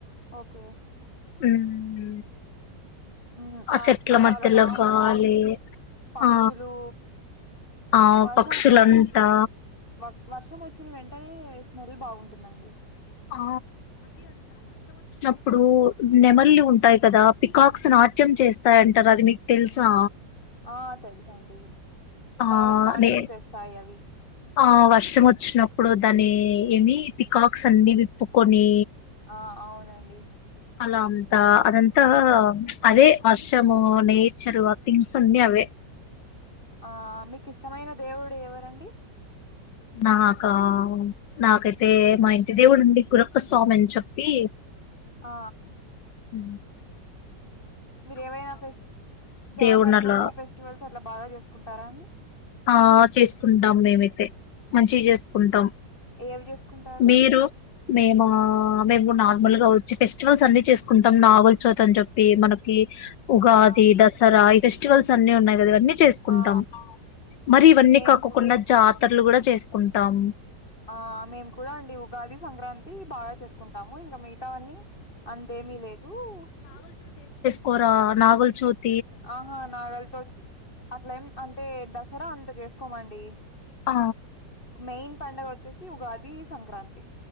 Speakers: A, on the left; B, on the left.
A: ఓకే
B: మ్మ్
A: మ్మ్
B: ఆ చెట్ల
A: చాలా
B: మధ్యలో
A: బాగుంటుందండి
B: గాలి
A: పక్షులు
B: ఆ ఆ
A: వర్షం
B: పక్షులంతా
A: వ వర్షం వచ్చిన వెంటనే స్మెల్ బాగుంటుందండి
B: ఆ ఇప్పుడు నెమల్లి ఉంటాయి కదా పికాక్స్ నాట్యం చేస్తాయ అంటారు అది మీకు తెలుసా
A: ఆ తెలుసండి
B: ఆ
A: బాగా నాట్యం
B: నే
A: చేస్తాయి అవి
B: ఆ వర్షం వచ్చినప్పుడు దాని ఏమి పికాక్స్ అన్ని విప్పుకొని
A: ఆ అవునండి
B: అలా అంతా అదంత అదే వర్షము నేచరు ఆ థింగ్స్ అన్నీ అవే
A: ఆ మీకు ఇష్టమైన దేవుడు ఎవరండి
B: నాకా నాకైతే మా ఇంటి దేవుడుడి గురక్క స్వామి అని చెప్పి
A: ఆ
B: హ
A: మీర ఏవైనా ఫెస్ జాతరలు
B: దేవుని అలా
A: ఫెస్టివల్స్ అట్లా బాగా చేసుకుంటారా అన్నీ
B: ఆ చేసుకుంటాం మేమైతే మంచిగ చేసుకుంటాం
A: ఏమి చేసుకుంటారు
B: మీరు మేమా మేము నార్మల్ గా వచ్చి ఫెస్టివల్స్ అన్ని చేసుకుంటాం నాగుల్ చవితి అని చెప్పి మనకి ఉగాది
A: ఆ
B: దసరా ఫెస్టివల్స్ అన్ని ఉన్నాయిగదివన్నీ చేసుకుంటాం
A: ఆ
B: మరి ఇవన్నీ
A: మేము
B: కాకోకుండా
A: కూ
B: జా పాతర్లు కూడా చేసుకుంటాం
A: ఆ మేము కూడా అండి ఉగాది సంక్రాంతి బాగా చేసుకుంటాము ఇంగ మిగతావన్నీ అంతేమీ లేదు హ్మ్
B: కోరా నాగుల్ చూత్
A: ఆహా నాగళతోచ్చి అట్లా ఏం అంటే దస్ సరా అంత చేసుకోమండి
B: ఆ
A: మెయిన్ పండగ వచ్చేసి ఉగాది సంక్రాంతి